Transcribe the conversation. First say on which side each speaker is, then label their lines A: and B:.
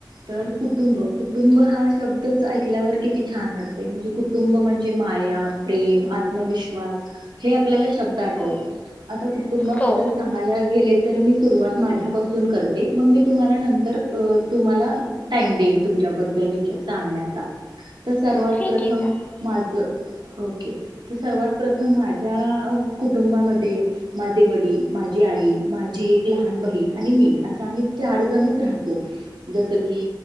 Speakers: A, on the right (about 65°); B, on the left (about 20°).
A: तर कुटुंब कुटुंब हा शब्दच ऐकल्यावर किती छान वाटते म्हणजे कुटुंब म्हणजे माया प्रेम आत्मविश्वास हे आपल्याला शब्द आठवतात
B: हो
A: आता कुटुंबाबद्दल
B: हो
A: सांगायला गेले तर मी सुरुवात माझ्यापासून करते मग मी तुम्हाला नंतर तुम्हांला टाईम देईन तुमच्याबद्दल विचा सांगण्याचा सर्वात
B: ठीक
A: प्रथम
B: आहे चालेल
A: माझं ओके तर सर्वात प्रथम माझ्या कुटुंबामध्ये माझे वडील माझी आई माझी एक लहान बहीण आणि मी असं आम्ही चार जणच राहतो. जस की